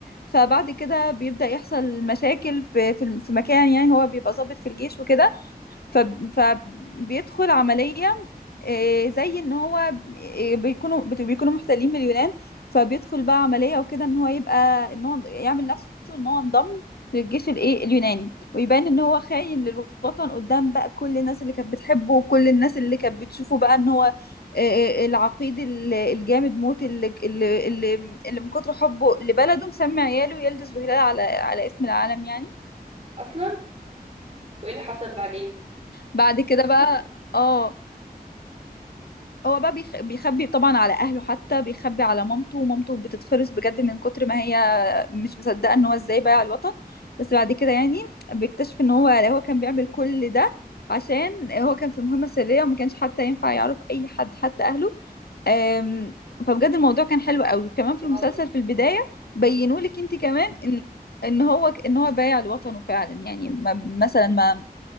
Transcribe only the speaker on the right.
اصلا وايه اللي حصل بعدين
واو